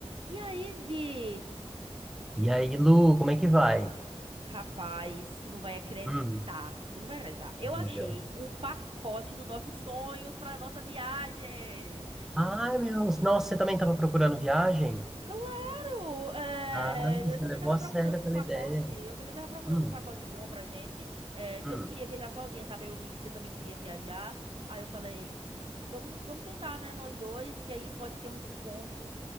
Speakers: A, on the right; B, in the centre.
A: E aí, Vi?
B: E aí, Lu, como é que vai?
A: Rapaz, tu não vai acreditar.
B: Hum,
A: Tu não vai acreditar. Eu
B: diga.
A: achei o pacote dos nossos sonhos pra nossa viagem.
B: Ai, meu, nossa, você também estava procurando viagem?
A: Claro! é,
B: Ah, você
A: eu também
B: levou
A: tava
B: a
A: procurando
B: sério aquela
A: o pacote.
B: ideia.
A: Eu também tava procurando
B: Hum,
A: um pacote bom pra gente. é, que
B: hum.
A: eu não queria viajar sozinha, sabe? Eu vi que você também queria viajar. Aí eu falei, "Hum, vamos, vamos tentar, né? Nós dois, que aí pode ter um desconto.